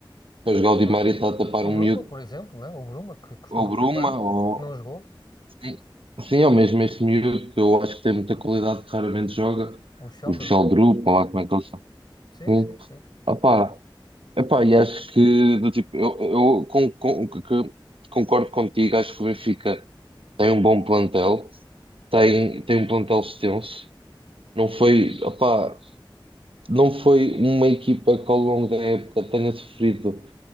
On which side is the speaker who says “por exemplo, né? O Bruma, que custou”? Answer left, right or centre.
Left